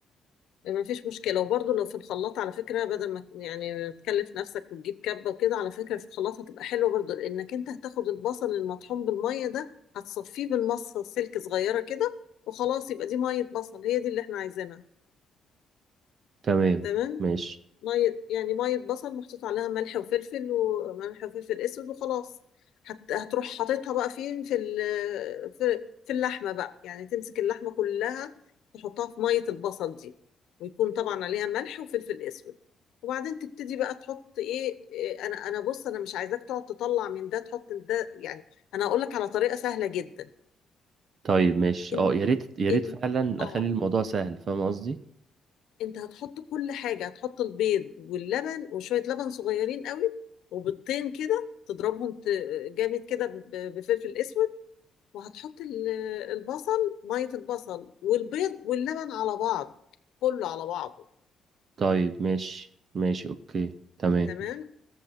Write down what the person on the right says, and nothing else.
تمام
ماشي
طيب ماشي
أه يا ريت يا
ريت فعلا
أخلي الموضوع سهل فاهم قصدي
طيب ماشي ماشي أوكي تمام